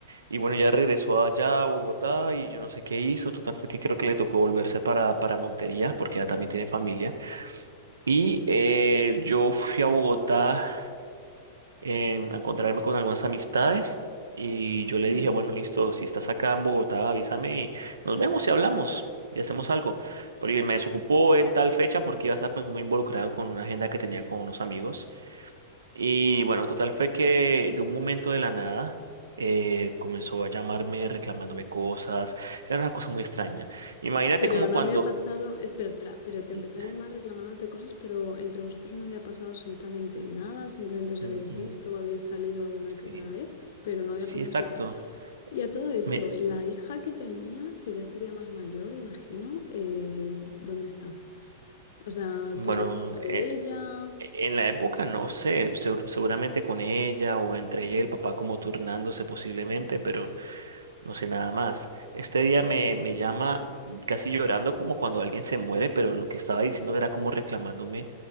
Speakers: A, on the right; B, on the left.
A: y bueno, ya regresó allá a Bogotá y yo no sé qué hizo. Total fue que creo que le tocó volverse para, para Montería porque ella también tiene familia. Y eh, yo fui a Bogotá em, a encontrarme con algunas amistades y yo le
B: Hmm,
A: dije, bueno, listo, si estás acá en Bogotá, avísame y nos vemos y hablamos y hacemos algo. Porque me desocupó en tal fecha porque iba a estar pues muy involucrado con una agenda que tenía con unos amigos. Y bueno, total fue que de un momento de la nada... eh, comenzó a llamarme reclamándome cosas, era una cosa muy extraña. Imagínate
B: Pero
A: como
B: no
A: cuando...
B: había pasado, espera, espera, pero te empezó
A: Mm,
B: a llamar reclamándote cosas, pero entre vosotros no había pasado absolutamente nada, simplemente os habéis
A: mm, mm,
B: visto o habéis salido alguna que
A: sí,
B: otra vez, pero no había
A: sí,
B: pasado
A: exacto.
B: absolutamente... Y a todo esto,
A: Me-
B: la hija que tenía, que ya sería más mayor, imagino, eh, ¿dónde está? O sea,
A: bueno,
B: ¿tú sabes algo
A: e-
B: de ella?
A: En la época, no sé, seu- seguramente con ella o entre ella y el papá como turnándose posiblemente, pero no sé nada más. Este día me, me llama casi llorando como cuando alguien se muere, pero lo que estaba diciendo era como reclamándome